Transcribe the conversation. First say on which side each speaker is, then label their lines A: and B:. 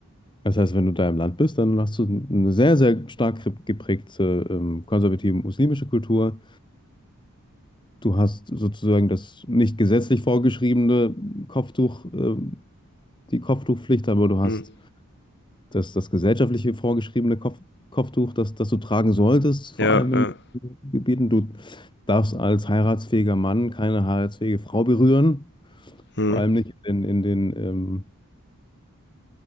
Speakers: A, on the left (about 20°); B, on the left (about 50°).
A: Das heißt, wenn du da im Land bist, dann hast du eine sehr, sehr stark geprägte ähm, konservative muslimische Kultur. Du hast sozusagen das nicht gesetzlich vorgeschriebene Kopftuch, ähm, die Kopftuchpflicht, aber du hast
B: mhm.
A: das, das gesellschaftliche vorgeschriebene Kopf, Kopftuch, das, das du tragen solltest, vor
B: Ja,
A: allem
B: ja,
A: in den Gebieten. Du darfst als heiratsfähiger Mann keine heiratsfähige Frau berühren,
B: mhm.
A: vor allem nicht in, in den, ähm,